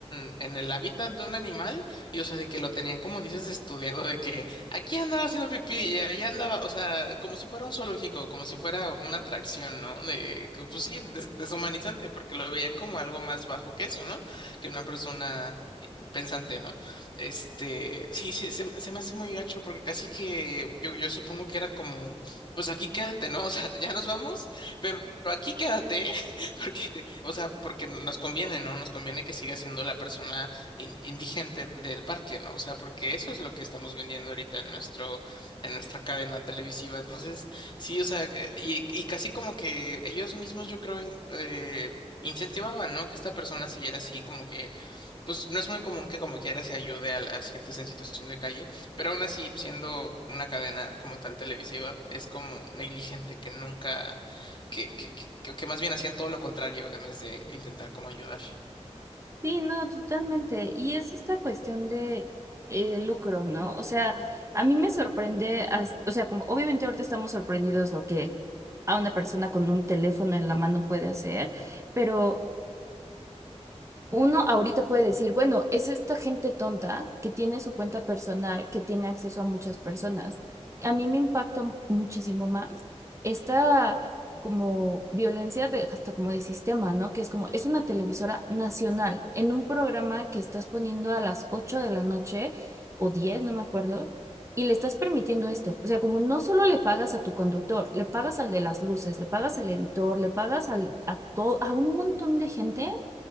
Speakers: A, on the left; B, on the right.
A: un, en el hábitat de un animal y, o sea, de que lo tenían, como dices, estudiado, de que aquí andaba haciendo pipí y allá andaba, o sea, como si fuera un zoológico, como si fuera una atracción, ¿no? De, que, pues sí, des- deshumanizante, porque lo veían como algo más bajo que eso, ¿no? Que una persona. pensante, ¿no? Este, sí, sí, se, se me hace muy gacho porque casi que yo, yo supongo que era como, pues aquí quédate, ¿no? <laughs> O sea, ya nos vamos, pero aquí quédate, <laughs> porque te- o sea, porque nos conviene, ¿no? Nos conviene que siga siendo la persona in- indigente del parque, ¿no? O sea, porque eso es lo que estamos vendiendo ahorita en nuestro, en nuestra cadena televisiva. Entonces, sí, o sea, que- y, y casi como que ellos mismos, yo creo, in- eh, incentivaban, ¿no? Que esta persona siguiera así como que pues no es muy común que como quiera se ayude a las gentes en situación de calle, pero aún así, siendo una cadena como tal televisiva, es como negligente, que nunca, que, que, que, que que más bien hacían todo lo contrario en vez de intentar como ayudar.
B: Sí, no, totalmente. Y es esta cuestión de eh, lucro, ¿no? O sea, a mí me sorprende, hasta- o sea, como obviamente ahorita estamos sorprendidos lo que a una persona con un teléfono en la mano puede hacer, pero uno ahorita puede decir, bueno, es esta gente tonta que tiene su cuenta personal, que tiene acceso a muchas personas. A mí me impacta mu- muchísimo más esta como violencia de, hasta como de sistema, ¿no? Que es como, es una televisora nacional en un programa que estás poniendo a las 8 de la noche o 10 no me acuerdo, y le estás permitiendo esto. O sea, como no solo le pagas a tu conductor, le pagas al de las luces, le pagas al editor, le pagas al, a, to- a un montón de gente